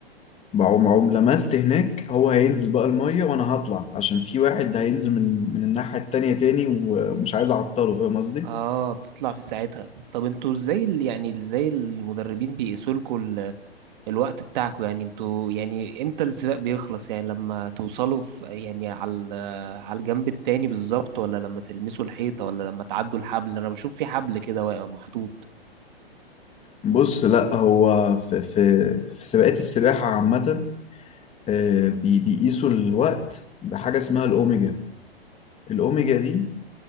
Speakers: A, on the left (about 20°); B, on the right (about 50°).
A: بعوم بعوم لمست هناك هو هينزل بقى الميه وانا هطلع عشان في واحد هينزل من من الناحيه التانيه تاني ومش عايز اعطله فاهم قصدي
B: اه بتطلع في ساعتها طب انتوا ازاي ال- يعني ازاي المدربين بيقيسوا لكم الوقت بتاعكم يعني انتوا يعني امتى السباق بيخلص يعني لما توصلوا في يعني على ال- على الجنب التاني بالظبط ولا لما تلمسوا الحيطة ولا لما تعدوا الحبل انا بشوف في حبل كده واقع محطوط
A: بص لا هو في في في سباقات السباحه عامه آه، بي- بيقيسوا الوقت بحاجه اسمها الاوميجا الاوميجا دي